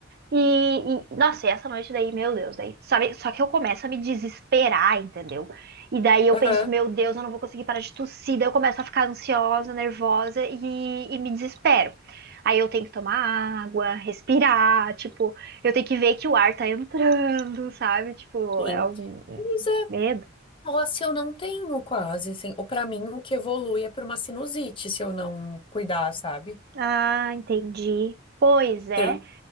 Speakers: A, on the right (about 50°); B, on the left (about 25°).
A: E, e, nossa, e essa noite daí, meu Deus, daí, sabe? Só que eu começo a me desesperar, entendeu? E daí eu
B: Aham.
A: penso, meu Deus, eu não vou conseguir parar de tossir. Daí eu começo a ficar ansiosa, nervosa e, e me desespero. Aí eu tenho que tomar água, respirar, tipo, eu tenho que ver que o ar tá entrando, sabe? Tipo,
B: Sim.
A: é algum
B: Mas é,
A: medo.
B: nossa, eu não tenho quase, assim. Ou pra mim, o que evolui é pra uma sinusite, se eu não cuidar, sabe?
A: Ah, entendi. Pois é,
B: Tran-